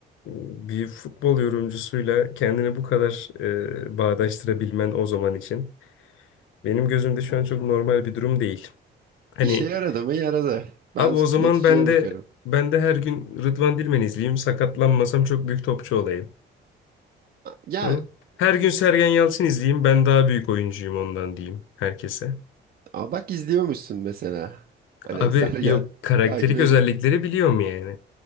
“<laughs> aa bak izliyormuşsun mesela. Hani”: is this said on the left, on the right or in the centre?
Right